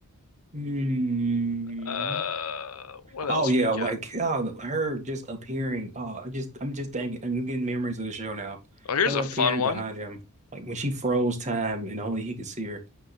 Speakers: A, on the right; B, on the left.
A: Mm.
B: Uh, what
A: Oh
B: else
A: yeah,
B: we got?
A: like oh, the- her just appearing. Oh, I just I'm just thinking I'm getting memories of the show now.
B: Oh, here's
A: Her
B: a fun
A: appearing
B: one.
A: behind him, like when she froze time and only he could see her.